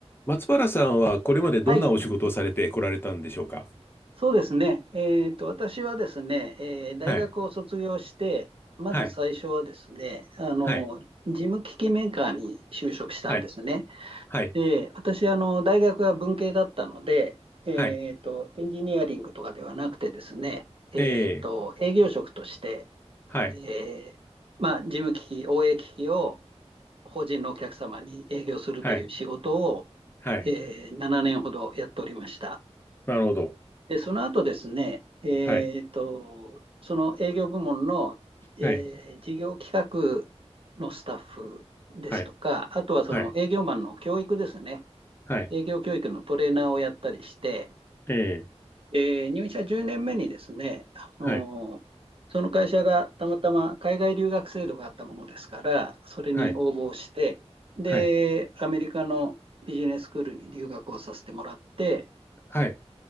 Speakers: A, on the left (about 20°); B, on the right (about 55°).
A: 松原さんはこれまでどんなお仕事をされてこられたんでしょうか
B: はい、そうですね。えっと、私はですね、えー大学を卒業して、
A: はい、
B: まず最初はですね、
A: はい、
B: あの、
A: はい、
B: 事務機器メーカーに就職したんですね。
A: はい、はい、
B: で、私、あの、大学は文系だったので、えっと、
A: はい、
B: エンジニアリングとかではなくてですね、えっと、
A: ええ、
B: 営業職として、
A: はい、
B: えーまあ、事務機器、OA 機器を法人のお客様に営業するという仕事を、
A: はい、はい、
B: えー7年ほどやっておりました。
A: なるほど。
B: で、その後ですね、えっと、
A: はい、
B: その営業部門の、え
A: はい、
B: ー事業企画のスタッフですとか、
A: はい、
B: あとはその営業マンの教育ですね、
A: はい、はい、
B: 営業教育のトレーナーをやったりして、
A: ええ、
B: えー入社10年目にですね、あのーその会社がたまたま海外留学制度があったものですから、
A: はい、
B: それに応募して、
A: はい、
B: で、
A: はい、
B: アメリカのビジネススクールに留学をさせてもらって、
A: はい、